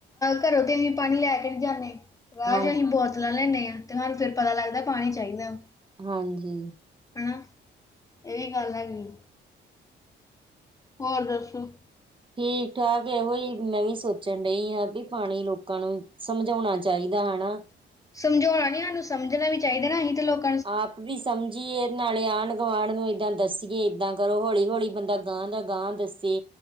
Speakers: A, on the left (about 15°); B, on the right (about 25°).
A: ਘਰੋਂ ਤੇ ਅਸੀਂ ਪਾਣੀ ਲੈ ਕੇ ਨਹੀਂ ਜਾਂਨੇ ਬਾਅਦ
B: ਹਾਂਜੀ,
A: 'ਚ ਅਸੀਂ ਬੋਤਲਾਂ ਲੈਂਨੇ ਆ। ਤੇ ਤੁਹਾਨੂੰ ਫਿਰ ਪਤਾ ਲੱਗਦਾ ਪਾਣੀ ਚਾਹੀਦਾ।
B: ਹਾਂਜੀ।
A: ਹਮ। ਇਹ ਵੀ ਗੱਲ ਹੈਗੀ। ਹੋਰ ਦੱਸੋ
B: ਠੀਕ - ਠਾਕ ਇਹੋ ਹੀ ਮੈਂ ਵੀ ਸੋਚਣ ਡਹੀ ਆ ਵੀ ਪਾਣੀ ਲੋਕਾਂ ਨੂੰ ਸਮਝਾਉਣਾ ਚਾਹੀਦਾ ਹਨਾ।
A: ਸਮਝਾਉਣਾ ਨੀ ਉਹਨੂੰ ਸਮਝਣਾ ਵੀ ਚਾਹੀਦਾ ਏਹੀ ਤਾਂ ਲੋਕ
B: ਆਪ ਵੀ ਸਮਝੀਏ ਨਾਲੇ ਆਂਢ-ਗੁਆਂਢ ਨੂੰ ਏਦਾਂ ਦੱਸੀਏ ਏਦਾਂ ਕਰੋ ਹੌਲੀ-ਹੌਲੀ ਬੰਦਾ ਗਾਂਹ ਦਾ ਗਾਂਹ ਦੱਸੇ।